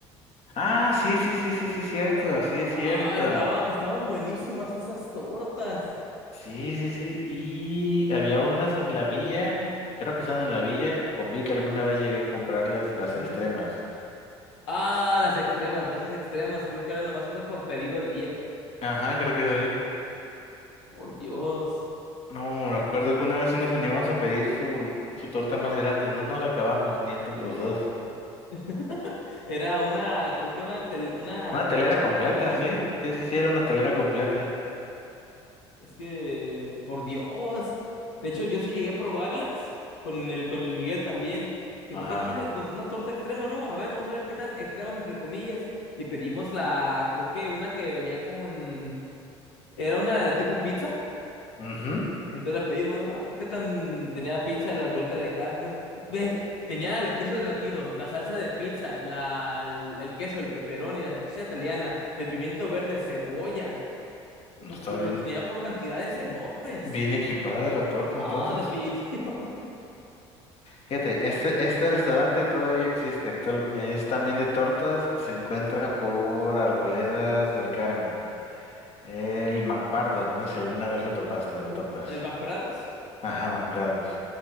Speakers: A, on the left (about 45°); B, on the left (about 80°).
A: Ah, sí, sí, sí, sí, sí, cierto, sí es cierto.
B: Ah, estaba, estaban buenísimas esas tortas.
A: Sí, sí, sí. Y había unas en la villa, creo que están en la villa, con Vic alguna vez llegué a comprarles las
B: Ujú.
A: extremas.
B: Ah, las extremas, tortas extremas. Creo que ahora nomás hace por pedido el día.
A: Ajá, creo que sí.
B: Por Dios.
A: No, me acuerdo que una vez sí nos animamos a pedir su, su torta más grande, no nos la acabamos ni entre los dos.
B: <laughs> Era una, creo que era una, tel- una
A: Una
B: telera
A: telera
B: entera,
A: completa,
B: ¿ah?
A: sí, sí, sí, sí, era una telera completa.
B: Es que, por Dios. De hecho, yo sí llegué a probarlas con el, con el Miguel también. Dijo,
A: Ajá.
B: ¿qué quieres? Pues una torta extrema, ¿no? A ver, vamos a ver qué tan extremas entre comillas. Y pedimos la, creo que una que venía con, era una de tipo pizza.
A: Mhm.
B: Entonces la pedimos, ¿no? Ah, pues qué tan tenía pizza, las bolitas de carne. No, Ve, tenía el queso derretido, la salsa de pizza, la, el, el queso, el pepperoni, la salchicha italiana, el pimiento verde, cebolla. ¿Qué
A: Está
B: más? Pero
A: bien,
B: lo tenía por cantidades enormes.
A: bien equipada la torta
B: Ah,
A: entonces.
B: definitivo.
A: Fíjate, este, este restaurante todavía existe, actual, es también de tortas, se encuentra por Arboledas del Carmen, el MacPardo, no sé si alguna vez lo topaste o lo topas.
B: <laughs> ¿El McPrados?
A: Ajá, MacPrados.